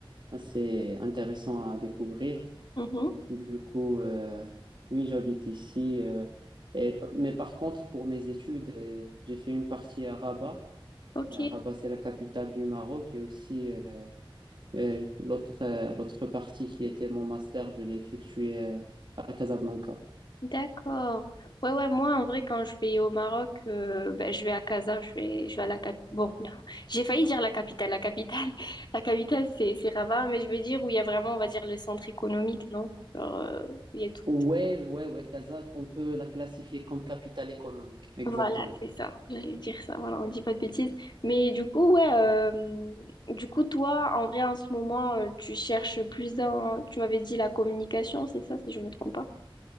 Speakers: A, on the right (about 60°); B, on the left (about 55°).
A: assez intéressantes à découvrir.
B: Mhm.
A: Du coup, euh, oui, j'habite ici. euh, et, mais par contre, pour mes études, euh, j'ai fait une partie à Rabat.
B: Ok,
A: Euh, Rabat, c'est la capitale du Maroc et aussi... euh, Et l'autre, euh, l'autre partie qui était mon master, je l'ai effectué à Casablanca.
B: d'accord. Ouais, ouais, moi en vrai, quand je vais au Maroc, euh, ben, je vais à Casa, je vais, je vais à la capitale. Bon, <laughs> non, j'ai failli dire la capitale. La capitale, <laughs> la capitale, c'est c'est Rabat, mais je veux dire où il y a vraiment, on va dire, le centre économique, non? Genre, euh, où il y a tout.
A: Ouais, ouais, ouais, Casa, on peut la classifier comme capitale économique, exactement.
B: Voilà, c'est ça. J'allais dire ça, voilà, on dit pas de bêtises. Mais du coup, ouais, euh, du coup, toi, en vrai, en ce moment, euh, tu cherches plus dans, tu m'avais dit la communication, c'est ça, si je me trompe pas.